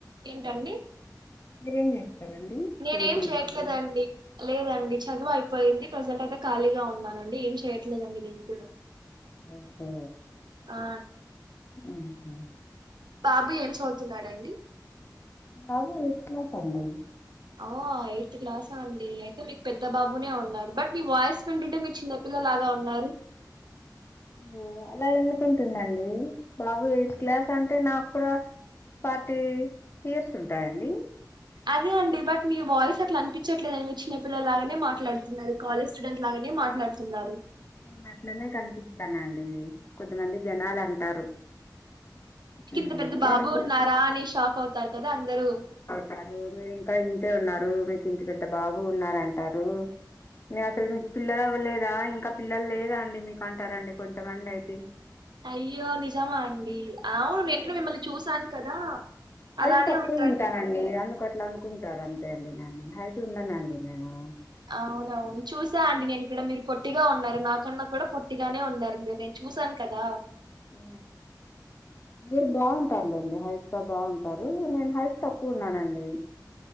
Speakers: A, on the right (about 85°); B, on the left (about 35°).
A: ఏంటండి
B: మీరేం చేస్తారండి
A: నేనేం
B: చదువుకుంటున్నార
A: చేయట్లేదండి లేదండి చదువు అయిపోయింది ప్రెజెంట్ అయితే ఖాళీగా ఉన్నానండి ఏం చేయట్లేదండి నేను కూడా
B: ఓహో
A: ఆ
B: ఊహు
A: బాబు ఏం చదువుతున్నాడండి
B: బాబ ఎయిత్ క్లాస్ అండి
A: ఆ ఎయిత్ క్లాస అండి అయితే మీకు పెద్ద బాబునే ఉన్నాడు బట్ మీ వాయిస్ వింటుంటే మీరు చిన్నపిల్లలాగా ఉన్నారు
B: ఓ అలా ఎందుకుంటుందండి బాబు ఎయిత్ క్లాస్ అంటే నాకు కూడా ఫార్టీ ఇయర్స్ ఉంటాయండి
A: అదే అండి బట్ మీ వాయిస్ అట్ల అనిపిచట్లేదండి మీరు చిన్న పిల్లలానే మాట్లాడుతున్నారు కాలేజ్ స్టూడెంట్ లాగానే మాట్లాడు తున్నారు
B: నేను అట్లనే కనిపిస్తానండి కొంతమంది జనాలు అంటారు
A: కింత
B: ఉమ్,
A: పెద్ద
B: నేను
A: బాబు ఉన్నారా అని షాక్ అవుతారు కదా అందరు
B: తారు మీరు ఇంకా ఇంతే ఉన్నారు మీకు ఇంత పెద్ద బాబు ఉన్నార అంటారు నకే మీకు పిల్లలు అవ్వలేదా ఇంకా పిల్లలు లేదా అండి మీకు అంటారండి కొంతమంది అయితే
A: అయ్యో నిజమా అండి అవును
B: నేను
A: కూడా
B: కొంచం
A: మిమ్మల్ని చూసాను కదా
B: హైట్
A: అలానే
B: తక్కువ
A: ఉంటారండి
B: ఉంటానండి అందుకని అట్లా అనుకుంటారు అంతే అండి నన్ హైట్ ఉండనండి నేను
A: అవునవును చూసా అండి నేను కూడ మీరు పొట్టిగా ఉన్నారు నాకన్నా కూడా పొట్టిగానే ఉన్నారు మీరు రె చూసాను కదా
B: ఊ మీరు బాగుంటారులేండి హైట్గా బాగుంటారు నేను హైట్ తక్కువ ఉన్నానండి